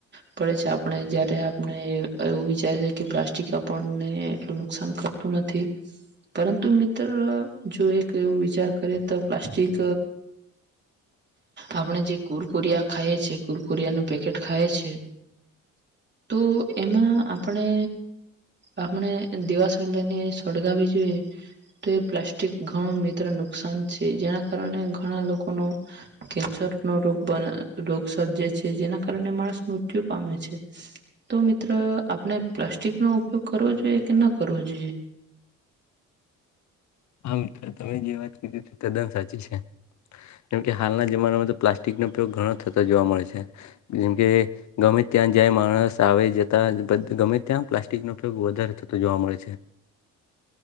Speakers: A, on the right (about 35°); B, on the left (about 65°).
A: પડે છે. આપણે જયારે આપણે એવું વિચારે છે કે, પ્લાસ્ટિક આપણને એટલું નુકસાન કરતું નથી, પરંતુ મિત્ર જો એક એવ વિચાર કરીએ તો પ્લાસ્ટિક આપણે જે કુરકુરિયા ખાઈએ છીએ કુરકુરિયાનું પેકેટ ખાય છે. તો એમાં આપણે આપણે દીવાસળી‌ લઈને સળગાવી જોઈએ તો એ પ્લાસ્ટિક ઘણું મિત્ર નુકસાન છે. જેના કારણે ઘણા લોકોનો કેન્સર નો રગ રોગ સર્જે છે જેના કાર માણસ મૃત્યુ પામે છે. તો મિત્ર આપણે પ્લાસ્ટિક નો ઉપયોગ કરવો જોઈએ કે ન કરવો જોઈએ!
B: હા તમે જે વાત કીધી તદ્દન સાચી છે. કેમકે હાલના જમાનામાં તો પ્લાસ્ટિકનો ઉપયોગ ઘણો થતો જોવા મળે છે. જેમકે ગમે ત્યાં જ્યા માણસ આવે જતા ગમે ત્યાં પ્લાસ્ટિકનોયોગ વધારે થતો જોવા મળે છે.